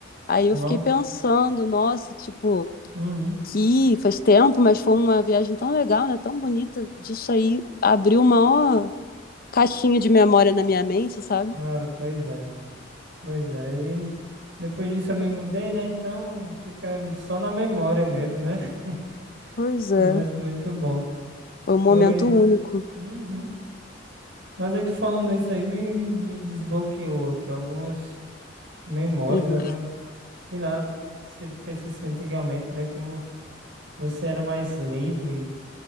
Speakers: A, on the left; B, on the right.
A: Aí eu
B: Nossa.
A: fiquei pensando, nossa, tipo,
B: Uhum.
A: que faz tempo, mas foi uma viagem tão legal, né? Tão bonita. Disso aí abriu uma ó, caixinha de memória na minha mente, sabe?
B: Cara, pois é. Pois é. E depois disso eu me mudei, né? Então fica só na memória mesmo, né?
A: Pois
B: <laughs>
A: é.
B: Mas muito bom.
A: Foi um
B: Foi.
A: momento único.
B: Uhum. Mas aí tu falando isso aí me, me, me desbloqueou aqui algumas memórias,
A: Uhum,
B: algumas, sei lá, você pensa assim, antigamente, né? Como você era mais livre,